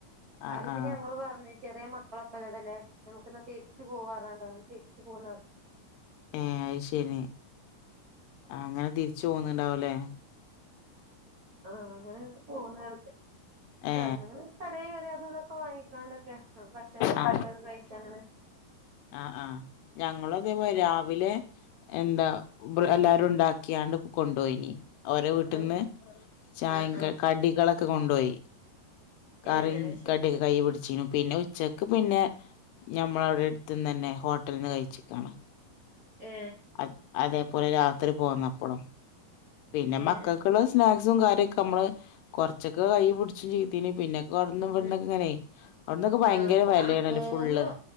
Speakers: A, on the left; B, on the right.
A: ആ
B: അതിപ്പം
A: ആ
B: ഞങ്ങള് പറഞ്ഞ് ചെറിയ മക്കളൊക്കെ ഉള്ളതല്ലേ നമ്മുക്കെന്നാ തിരിച്ച് പോവാന്ന് പറഞ്ഞിട്ടുണ്ടാവും തിരിച്ചു പോവുന്നത്
A: ഏയ് അയ്ശരി ആ അങ്ങനെ തിരിച്ചു പോന്നുണ്ടാവുലേ
B: ആ അങ്ങനെ പോനേരത്തെ
A: ഏ
B: സാധനങ്ങള് കടയിൽ കയറി അതും ഇതൊക്കെ വാങ്ങിക്കാണ്ടൊക്കെ ഭക്ഷണൊക്കെ
A: ആ
B: ഫുടൊക്കെ കഴിച്ചാങ്ങനെ
A: ആ ആ ഞങ്ങളു അതേമാതിരി രാവിലെ എന്താ ബ്രർ എല്ലാവാരും ഉണ്ടാക്കിയാണ്ട് കൊണ്ടു പോയിനി ഓരോ വീട്ടിന്ന്
B: ആഹ്
A: ചായേം
B: ആഹ് ആഹ്
A: കടികളൊക്കെ കൊണ്ടോയി കറീം
B: ഏഹ് അഹ് ശരി
A: കടിക്കെ കൈ പിടിച്ചീനു പിന്നെ ഉച്ചക്ക് പിന്നെ
B: ഏഹ്
A: ഞമ്മളവിടെ ത്തിന്നന്നെ ഹോട്ടലിന്ന് കഴിച്ചിക്കാണേ
B: ഏ
A: അ അതേപോലെ രാത്രി പോന്നപ്പളും പിന്നെ മക്കൾക്കുള്ളത്
B: ഏഹ്
A: സ്നാക്ക്സും കാര്യൊക്കെ നമ്മള് കൊറച്ചൊക്കെ കൈ പിടിച്ചും രീതില് പിന്നെ കൊടന്നും ഇവിടന്നൊക്കെ
B: ഉം ഉം
A: ഇങ്ങനെ അവിടന്നൊക്കെ ഭയങ്കര
B: ആഹ് പോ
A: വെലയാണല്ലേ
B: ആഹ് പോവുമ്പോ
A: ഫുള്ള്